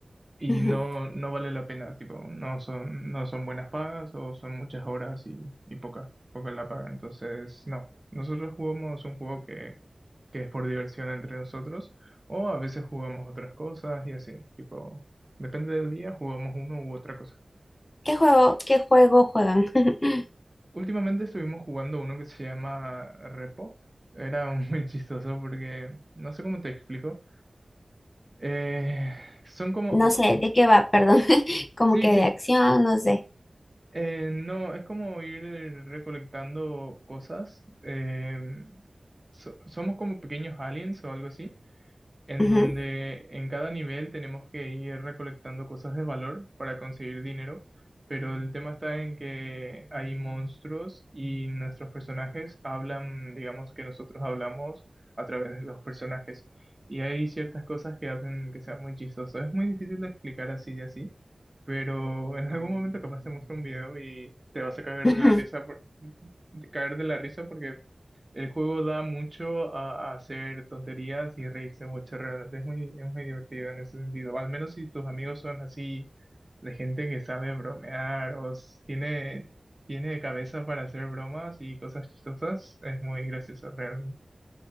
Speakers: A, on the right; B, on the left.
A: y
B: ujú.
A: no, no vale la pena, tipo, no son, no son buenas pagas o son muchas horas y, y poca, poca la paga. Entonces, no, nosotros jugamos un juego que, que es por diversión entre nosotros o a veces jugamos otras cosas y así, tipo, depende del día, jugamos uno u otra cosa.
B: ¿Qué juego, qué juego juegan? <laughs>
A: Últimamente estuvimos jugando uno que se llama Repo. Era <laughs> muy chistoso porque, no sé cómo te explico. Eh, son como...
B: No sé de qué va, perdón, <laughs> como
A: Sí,
B: que
A: sí.
B: de acción, no sé.
A: Eh, no, es como ir recolectando cosas. em, so- somos como pequeños aliens o algo así en
B: Ujú,
A: donde en cada nivel tenemos que ir recolectando cosas de valor para conseguir dinero, pero el tema está en que hay monstruos y nuestros personajes hablan, digamos que nosotros hablamos a través de los personajes. Y hay ciertas cosas que hacen que sea muy chistoso. Es muy difícil de explicar así y así, pero en algún momento capaz te muestro un video y te vas a caer
B: ujú.
A: de la risa por, de caer de la risa porque el juego da mucho a, a hacer tonterías y reírse mucho, realmente es muy, es muy divertido en ese sentido. Al menos si tus amigos son así, de gente que sabe bromear o s- tiene, tiene cabeza para hacer bromas y cosas chistosas, es muy gracioso realmente.